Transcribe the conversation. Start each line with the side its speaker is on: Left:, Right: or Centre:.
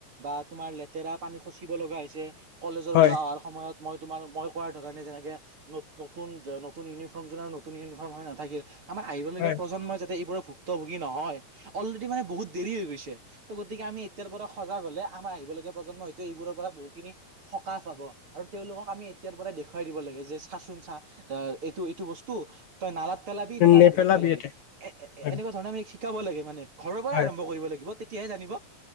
Right: বা তোমাৰ লেতেৰা পানী খচিব লগা হৈছে। কলেজৰ
Left: হয়
Right: পৰা অহাৰ সময়ত মই তোমাৰ মই কোৱাৰ ধৰণে যেনেকে নত নতুন যে নতুন ইউনিফৰ্ম যোৰা নতুন ইউনিফৰ্ম হৈ নাথাকিল আমাৰ আহিবলগীয়া
Left: হয়
Right: প্ৰজন্মই যাতে এইবোৰৰ ভুক্তভোগী নহয়। অলৰেডি মানে বহুত দেৰি হৈ গৈছে। ত' গতিকে আমি এতিয়াৰ পৰা সজাগ হ'লে আমাৰ আহিবলগীয়া প্ৰজন্মই হয়তোঁ এইবোৰৰ পৰা বহু খিনি সকাহ পাব। আৰু তেওঁলোকক আমি এতিয়াৰ পৰাই দেখুৱাই দিব লাগে যে চাচোঁন চা আ' এইটো এইটো বস্তু। তই নালাত পেলাবি নে ডাষ্টবিনত
Left: নেপেলাবি
Right: পেলাবি
Left: ইয়াতে
Right: এ-এনেকুৱা
Left: হয়
Right: ধৰণে আমি শিকাঁব লাগে মানে। ঘৰৰ পৰাই
Left: হয়
Right: আৰম্ভ কৰিব লাগিব, তেতিয়াহে জানিব।